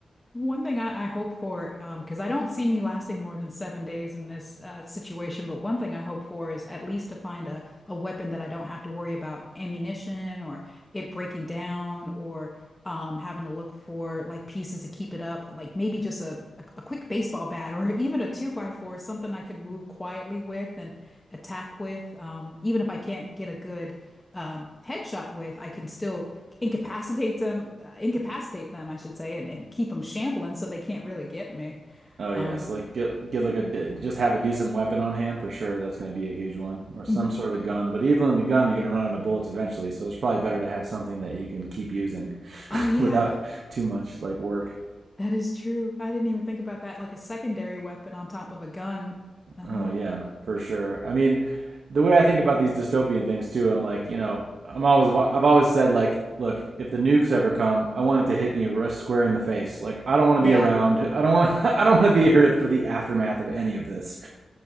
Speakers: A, on the left; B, on the right.
A: One thing I, I hope for, um, because I don't see me lasting more than seven days in this uh, situation, but one thing I hope for is at least to find a, a weapon that I don't have to worry about ammunition or it breaking down or um, having to look for like pieces to keep it up, like maybe just a, a, a quick baseball bat or <laughs> even a two by four, something I can move quietly with and attack with. Um, even if I can't get a good um, headshot with, I can still incapacitate them, uh, incapacitate them, I should say, and, and keep them shambling so they can't really get me.
B: Oh yes,
A: Um,
B: like get get like a d- just have a decent weapon on hand for sure. That's going to be a huge one, or some
A: mm,
B: sort of gun. But even in the gun, you're going to run out of bullets eventually. So it's probably better to have something that you can keep using <laughs>
A: oh yeah,
B: without too much like work.
A: that is true. I didn't even think about that. Like a secondary weapon on top of a gun. Uh-huh.
B: Oh yeah, for sure. I mean, the way I think about these dystopian things too, I'm like, you know, I'm always wa- I've always said like, look, if the nukes ever come, I want it to hit me r- square in the face. Like I don't want
A: Yeah,
B: to be around. I don't want <laughs> I don't want to be here for the aftermath of any of this.